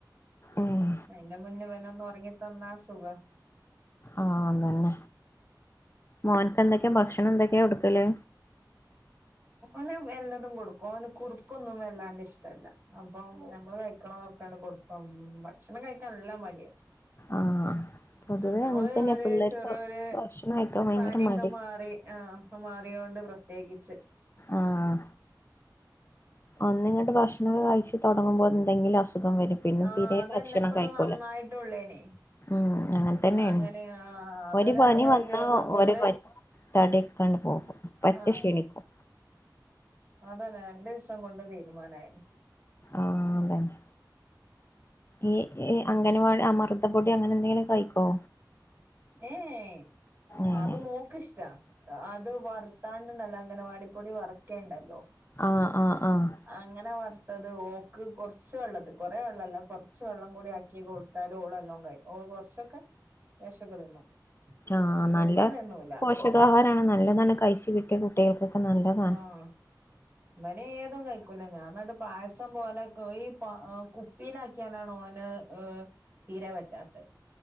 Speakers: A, on the left; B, on the right.
A: ഏഹ്
B: അയ്ന്റെ മുന്നേ ഇവനൊന്ന് ഒറങ്ങി തന്നാ സുഖ
A: ആഹ് അദന്നെ മോനക്ക് എന്തൊക്കെയാ ഭക്ഷണം എന്തൊക്കെയാ കൊടുക്കല്
B: ഓന് എല്ലതും കൊടുക്കും ഓന് കുറ്ക്കൊന്നും വല്ലാണ്ട് ഇഷ്ട്ടല്ല അപ്പൊ നമ്മള് കയ് ക്ക്‌ണതൊക്കെങ്ങട് കൊട്ക്കും ഭക്ഷണം കയ്ക്കാ നല്ല മടിയാ
A: ആഹ് പൊതുവേ
B: ഒന്നാമത്
A: അങ്ങനെ തന്നെ
B: ഒര്
A: പിള്ളേർക്ക്
B: ചെറിയൊര്
A: ഭക്ഷണം കഴിക്കാൻ ഭയങ്കര
B: പനിയൊക്കെ
A: മടി
B: മാറി ആഹ് ഇപ്പ മാറിയൊണ്ട് പ്രത്യേഗിച്ച്
A: ആഹ് ഒന്നിങ്ങട്ട് ഭക്ഷണൊക്കെ കഴിച്ച് തൊടങ്ങുമ്പോ എന്തെങ്കിലും അസുഖം വരും പിന്നെ
B: ആഹ്
A: തിരെ
B: അതന്നെ
A: ഭക്ഷണം
B: ഇപ്പൊന്ന്
A: കഴ്ക്കൂല
B: നന്നായിട്ടുള്ളേനെ
A: ഉം അങ്ങനെ തന്നെയാണെ
B: അങ്ങനെ ആഹ് അത്
A: ഒര്
B: രണ്ട്
A: പനി വന്നാ
B: ദിവസം കൊണ്ട്
A: ഒരെ പാ തടിയൊക്കാണ്ട് പോകും പറ്റ
B: ആഹ്
A: ഷിണിക്കും
B: അതന്നെ രണ്ടീസം കൊണ്ട് തീരുമാനായി.
A: ആഹ് അതന്നെ. ഈ ഇ അംഗനവാടി അമൃത പൊടി അങ്ങനെ എന്തെങ്കിലു കഴ്ക്കോ?
B: ഏയേ
A: ഏഹ്
B: അത് മോക്ക് ഇഷ്ട്ടാ. അത് വർത്താണ്ട് ണ്ടല്ല അംഗനവാടിപ്പൊടി വറുക്കേണ്ടല്ലോ?
A: ആഹ് ആഹ് ആഹ്
B: അങ്ങനെ വർത്തത് ഓക്ക് കൊർച്ച് വെള്ളത്തി കൊറെ വെള്ളല്ല കൊർച്ച് വെള്ളം കൂടി ആക്കി കൊട് ത്താല് ഓള് നല്ലോം കയ് ഓള് കൊർച്ചൊക്കെ ലേശൊക്കെ തിന്നും.
A: ആഹ്
B: പക്ഷെ
A: നല്ല
B: ഇവൻ തിന്നൂല
A: പോഷകാഹാരാണ് നല്ലതാണ് കഴ്ച്ച് കിട്ടിയാ കുട്ടികൾക്കൊക്കെ നല്ലതാണ്.
B: ആഹ് ഇവന് ഏതും കഴ്ക്കൂല ഞാൻ ഇന്നട്ട് പായസം പോലെ ക്ക്‌ ഈ പ കുപ്പിയിലാക്കിയാണ്ടാണ് ഓന് ഏഹ് തീരെ പറ്റാത്തത്.